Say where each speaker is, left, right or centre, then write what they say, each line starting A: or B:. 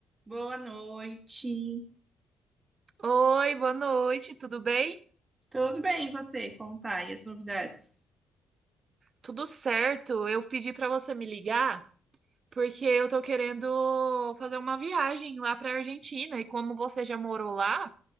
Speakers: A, on the right (about 25°); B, on the right (about 45°).
A: Boa noite.
B: Oi, boa noite, tudo bem?
A: Tudo bem, e você? Como tá? E as novidades?
B: Tudo certo. Eu pedi para você me ligar porque eu tô querendo fazer uma viagem lá para Argentina e como você já morou lá,